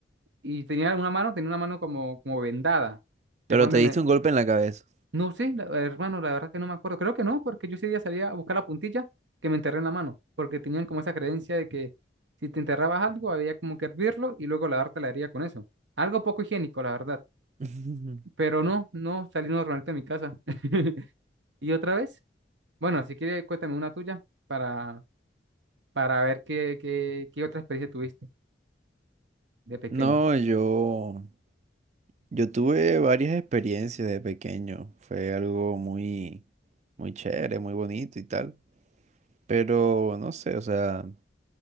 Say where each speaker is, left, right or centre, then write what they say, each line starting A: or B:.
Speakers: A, on the right; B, on the right.
A: Y tenía una mano, tenía una mano como, como vendada. Que
B: Pero
A: fue donde
B: te diste
A: me...
B: un golpe en la cabeza.
A: No sé, la- hermano, la verdad que no me acuerdo. Creo que no, porque yo ese día salía a buscar la puntilla que me enterré en la mano. Porque tenían como esa creencia de que si te enterrabas algo, había como que hervirlo y luego lavarte la herida con eso. Algo poco higiénico, la verdad.
B: <laughs>
A: Pero no, no, salí normalmente de mi casa. <laughs> Y otra vez, bueno, si quieres, cuéntame una tuya para, para ver qué, qué, qué otra experiencia tuviste de pequeño.
B: No, yo, yo tuve varias experiencias de pequeño. Fue algo muy, muy chévere, muy bonito y tal. Pero no sé, o sea.